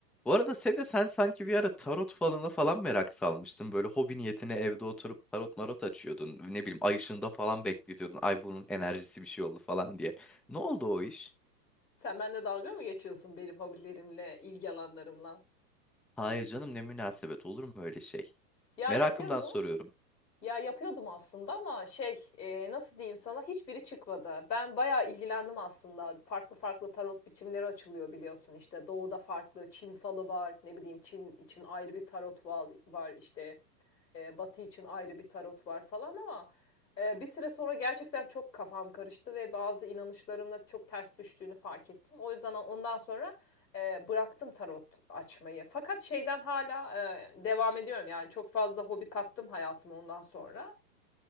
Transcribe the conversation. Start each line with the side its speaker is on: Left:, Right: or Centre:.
Centre: Bu arada Sevde sen sanki bir ara tarot falanı falan merak salmıştın. Böyle hobi niyetine evde oturup tarot marot açıyordun. Ne bileyim ay ışığında falan bekletiyordun. Ay bunun enerjisi bir şey oldu falan diye. Ne oldu o iş?
Left: Sen benimle dalga mı geçiyorsun benim hobilerimle, ilgi alanlarımla?
Centre: Hayır canım ne münasebet olur mu öyle şey?
Left: Ya
Centre: Merakımdan
Left: yapıyordum.
Centre: soruyorum.
Left: Ya yapıyordum aslında ama şey e, nasıl diyeyim sana hiçbiri çıkmadı. Ben bayağı ilgilendim aslında. Farklı farklı tarot biçimleri açılıyor biliyorsun işte. Doğuda farklı Çin falı var. Ne bileyim Çin için ayrı bir tarot val- var işte. E, Batı için ayrı bir tarot var falan ama e, bir süre sonra gerçekten çok kafam karıştı ve bazı inanışlarımla çok ters düştüğünü fark ettim. O yüzden ondan sonra E, bıraktım tarot açmayı. Fakat şeyden hala e, devam ediyorum. Yani çok fazla hobi kattım hayatıma ondan sonra.